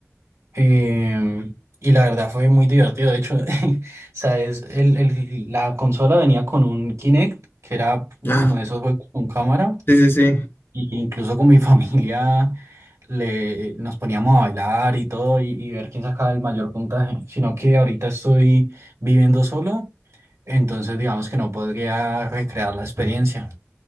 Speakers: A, on the right; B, on the left.
A: Em, y la verdad fue muy divertido. De hecho, <laughs> sabes, el, el- la consola venía con un Kinect, que era
B: Ah,
A: como de esos juegos con cámara.
B: sí, sí, sí.
A: Y incluso con mi <laughs> familia le, nos poníamos a bailar y todo y, y ver quién sacaba el mayor puntaje. Sino que ahorita estoy viviendo solo, entonces digamos que no podría recrear la experiencia.